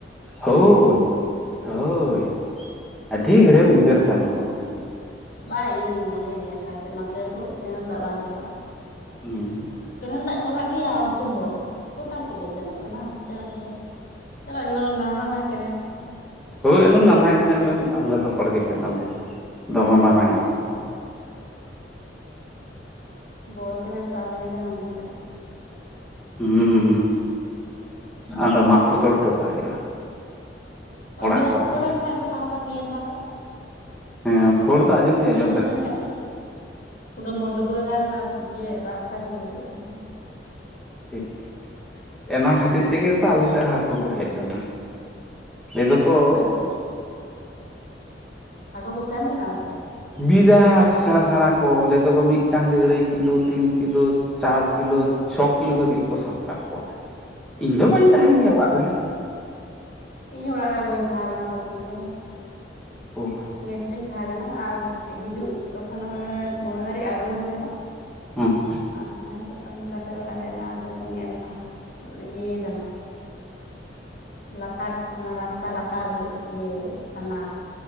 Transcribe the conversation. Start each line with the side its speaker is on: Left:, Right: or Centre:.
Centre: ᱦᱳᱭ
Left: ᱚᱱᱟ ᱠᱮᱱᱮᱞ ᱛᱮ
Centre: ᱦᱳᱭ ᱟᱹᱰᱤ ᱜᱷᱟᱹᱲᱤᱜ ᱩᱭᱦᱟᱹᱨ ᱠᱟᱱ ᱫᱚ,
Left: ᱵᱟᱭ ᱤᱧ ᱢᱚᱱᱮᱭᱮᱫᱤᱧ ᱟᱠᱟᱥᱮᱫ ᱱᱚᱛᱮ ᱫᱚ ᱠᱮᱱᱮᱞ ᱫᱟᱜᱽ ᱵᱟᱝ ᱪᱟᱞᱟᱜᱼᱟ᱾
Centre: ᱦᱮᱸ,
Left: ᱠᱮᱱᱮᱞ ᱫᱟᱜᱽ ᱪᱟᱞᱟᱜ ᱜᱮᱭᱟ ᱚᱱᱛᱮ ᱦᱚᱸ ᱜᱚᱴᱟ ᱥᱮᱫ ᱜᱮ ᱥᱮᱱᱚᱜ ᱠᱟᱱᱟ ᱦᱟᱱᱛᱮ ᱱᱟᱛᱮ ᱛᱮ᱾ ᱪᱟᱞᱟᱜ ᱜᱮᱭᱟ ᱚᱱᱟ ᱱᱟᱱᱦᱟ ᱱᱟᱱᱦᱟ ᱠᱮᱱᱮᱞ,
Centre: ᱦᱳᱭ ᱚᱱᱮ ᱱᱟᱱᱦᱟ ᱠᱮᱱᱮᱞ ᱨᱮᱱ ᱟᱞᱮ ᱫᱚ ᱦᱚᱲ ᱜᱮ ᱠᱟᱱᱟᱞᱮ ᱫᱚᱢᱮ ᱢᱟᱨᱟᱝ ᱟᱜ ᱠᱚᱫᱚ,
Left: ᱵᱚᱲᱚ ᱠᱮᱱᱮᱞ ᱛᱚ ᱟᱞᱮᱜᱮᱞᱮ ᱦᱟᱢᱮᱴ ᱟᱠᱟᱫᱟ᱾
Centre: ᱦᱩᱸ ᱟᱫᱚ ᱢᱟᱜ ᱯᱷᱚᱛᱚᱲ ᱦᱚᱴᱚ ᱠᱟᱜ ᱦᱩᱭᱩᱜᱼᱟ᱾
Left: ᱚ
Centre: ᱚᱲᱟᱜ
Left: ᱢᱤᱫ
Centre: ᱠᱚ
Left: ᱫᱟᱣ
Centre: ᱟᱛᱮ
Left: ᱯᱷᱚᱲᱮᱱ ᱠᱷᱟᱭ ᱫᱚ ᱞᱟᱦᱟ ᱵᱟᱨ ᱱᱤᱭᱟᱹ ᱞᱟᱦᱟ ᱵᱟᱨ
Centre: ᱦᱮᱸ ᱯᱷᱳᱲ ᱫᱚ ᱟᱸᱡᱚᱢ ᱫᱩᱧ
Left: ᱱᱤᱣ
Centre: ᱟᱸᱡᱚᱢ ᱞᱮᱫ
Left: ᱜᱮᱧ
Centre: ᱛᱟᱦᱮᱸᱫ
Left: ᱧᱮᱞ ᱠᱟᱜ᱾ ᱯᱩᱨᱟᱹ ᱢᱳᱰᱚᱜᱚᱜᱫᱟᱜ ᱨᱮᱱᱟᱜ ᱤᱭᱟᱹ ᱨᱟᱥᱛᱟ ᱰᱩᱵᱩᱡᱚᱜ ᱠᱟᱱ ᱛᱟᱦᱮᱫ
Centre: ᱴᱷᱤᱠ ᱮᱱᱟ ᱠᱷᱟᱹᱛᱤᱨ ᱛᱮᱜᱮ ᱛᱚ ᱟᱞᱮᱥᱮᱜ ᱦᱚᱸ ᱦᱟᱠᱩ ᱠᱚ ᱦᱮᱡ ᱞᱮᱱᱟ᱾ ᱞᱟᱹᱭ
Left: ᱥᱮᱱ
Centre: ᱫᱚᱠᱚ
Left: ᱞᱮᱱᱟ ᱠᱚ ᱦᱟᱹᱠᱳ, ᱦᱟᱹᱠᱳ ᱠᱚ ᱥᱮᱱ ᱞᱮᱱᱟ ᱚᱱᱛᱮ
Centre: ᱵᱤᱨᱟᱴ ᱥᱮᱬᱟ ᱥᱮᱬᱟ ᱠᱚ ᱞᱟᱹᱭᱮᱫᱟ ᱠᱚ ᱢᱤᱫᱴᱟᱝ ᱜᱮ ᱟᱹᱲᱟᱹᱭ ᱠᱤᱞᱳ ᱛᱤᱱ ᱠᱤᱞᱳ ᱪᱟᱨ ᱠᱤᱞᱳ ᱪᱷᱚ ᱠᱤᱞᱳ ᱫᱷᱟᱹᱵᱤᱡ ᱠᱚ ᱥᱟᱵ ᱠᱟᱜ ᱠᱚᱣᱟ, ᱤᱧ ᱫᱚ ᱵᱟᱹᱧ ᱛᱟᱦᱮᱱ
Left: ᱚ
Centre: ᱜᱮᱭᱟ ᱚᱲᱟᱜ ᱨᱮ᱾
Left: ᱤᱧ ᱦᱚᱸ ᱚᱲᱟᱜ ᱨᱮ ᱵᱟᱹᱧ ᱛᱟᱦᱮᱸ ᱠᱟᱱᱟ ᱛᱚᱠᱷᱚᱱ ᱫᱚ᱾
Centre: ᱚ
Left: ᱢᱮᱥᱨᱤᱧ ᱛᱟᱦᱮᱸ ᱠᱟᱱᱟ ᱟᱨ ᱦᱤᱡᱩᱜ ᱛᱚᱠᱷᱚᱱ ᱢᱟᱱᱮ ᱢᱚᱬᱮᱵᱟᱨᱤ ᱟᱬᱜᱞᱮᱱ ᱛᱟᱦᱮᱸᱱᱟ᱾
Centre: ᱦᱩᱸ
Left: ᱟᱨ ᱚᱱᱠᱟᱛᱮ ᱚᱲᱟᱜ ᱦᱮᱡ ᱮᱱᱟ ᱟᱫᱚ ᱧᱮᱞᱫᱟ ᱤᱭᱟᱹ ᱠᱟᱱᱟ ᱞᱟᱛᱟᱨ ᱠᱚ ᱚᱱᱟ ᱨᱟᱥᱛᱟ ᱞᱟᱛᱟᱨ ᱤᱭᱟᱹ ᱠᱷᱷᱟᱱᱟ